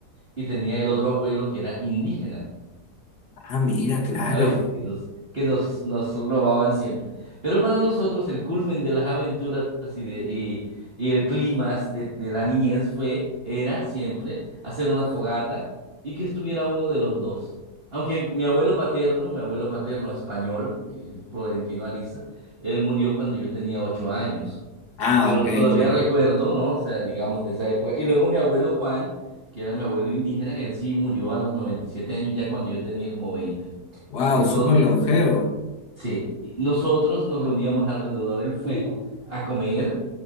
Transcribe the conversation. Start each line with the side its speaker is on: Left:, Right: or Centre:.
Right: y tenía el otro abuelo que era indígena.
Left: Ah, mira, claro.
Right: Ay, sí, que nos, que nos, nos robaban siempre. Pero para nosotros el culmen de las aventuras y, de, y, y el clímax de, de la niñez fue, era siempre hacer una fogata y que estuviera uno de los dos. Aunque mi abuelo paterno, mi abuelo paterno español, que es Florentino Ariza, él murió cuando yo tenía ocho años.
Left: Ah,
Right: Pero
Left: ok,
Right: todavía
Left: claro.
Right: recuerdo, ¿no? O sea, digamos de esa época. Y luego mi abuelo Juan, que era mi abuelo indígena, él sí murió a los 97 años, ya cuando yo tenía como 20.
Left: Wow,
Right: Entonces,
Left: súper longevo.
Right: Sí, nosotros nos reuníamos alrededor del fuego a comer